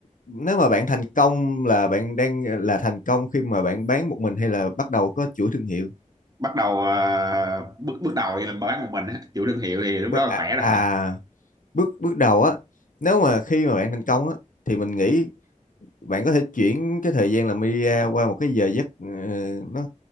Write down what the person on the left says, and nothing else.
nếu mà bạn thành công là bạn đang là thành công khi mà bạn bán một mình hay là bắt đầu có chuỗi thương hiệu
bước
à,
à bước bước đầu á nếu mà khi mà bạn thành công á thì mình nghĩ bạn có thể chuyển cái thời gian làm media qua một cái giờ giấc ờ, nó